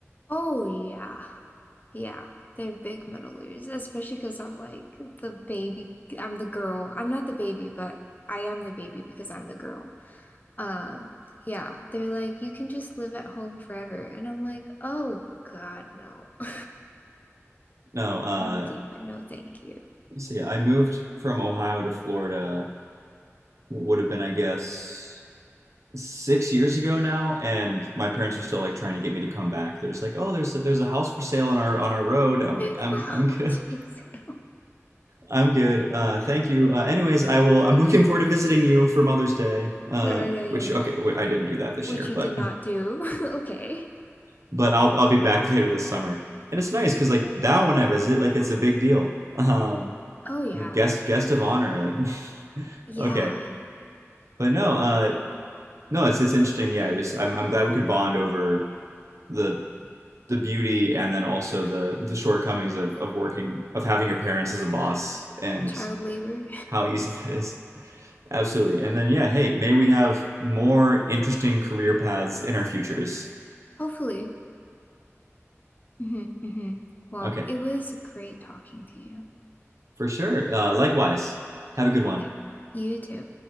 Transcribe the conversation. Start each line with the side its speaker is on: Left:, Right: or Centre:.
Left: Oh, yeah. Yeah. They're big meddlers, especially because I'm like the baby. I'm the girl. I'm not the baby, but I am the baby because I'm the girl. Um, yeah. They're like, you can just live at home forever. And I'm like, oh, God, no. <laughs>
Right: No, uh,
Left: Thank you, but no, thank you.
Right: so yeah, I moved from Ohio to Florida. Would have been I guess six years ago now, and my parents are still like trying to get me to come back. They're just like, oh, there's a, there's a house for sale on our on our road. I'm
Left: <laughs> There's
Right: like, I'm
Left: a house
Right: I'm good.
Left: for sale.
Right: I'm good. Uh, thank you. Uh, anyways, I will. I'm looking forward to visiting you for Mother's Day.
Left: <laughs>
Right: Uh,
Left: Yeah, yeah, yeah,
Right: which
Left: yeah.
Right: okay, wait, I didn't do that this
Left: Which
Right: year,
Left: you
Right: but
Left: did not do. <laughs> Okay.
Right: <laughs> but I'll I'll be back <laughs> later this summer. And it's nice because like now when I visit, like it's a big deal. Um,
Left: Oh, yeah.
Right: you guest guest of honor. Like <laughs>
Left: Yeah.
Right: okay, but no, uh,
Left: Oh, Well.
Right: no, it's it's interesting. Yeah, I just I'm I'm glad we could bond over the the beauty and then also the the shortcomings of of working of having your parents as a boss and
Left: child labor.
Right: how easy <laughs> that is. Absolutely. And then, yeah, hey, may we have more interesting career paths in our futures.
Left: <laughs> Hopefully. hmm hmm Well,
Right: Okay,
Left: it was great talking to you.
Right: for sure. Uh, likewise, have a good one.
Left: Yeah, you too.